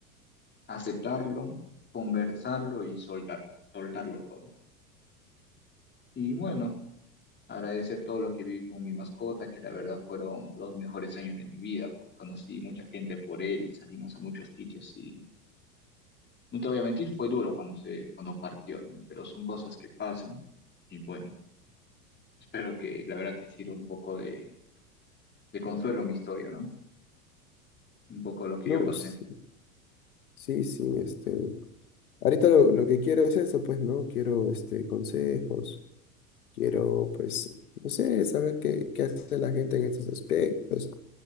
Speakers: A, on the left; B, on the left.
A: aceptarlo, conversarlo y soltar, soltarlo todo. Y bueno, agradecer todo lo que viví con mi mascota, que la verdad fueron los mejores años de mi vida, pues conocí mucha gente por él, salimos a muchos sitios y no te voy a mentir, fue duro cuando se, cuando partió, ¿no? Pero son cosas que pasan y bueno, espero que la verdad te sirva un poco de, de consuelo mi historia, ¿no? un poco lo que
B: No,
A: yo pasé.
B: sí, sí, sí, este. Ahorita lo, lo que quiero es eso, pues, ¿no? Quiero, este, consejos. Quiero, pues, no sé, saber qué, qué hace la gente en estos aspectos.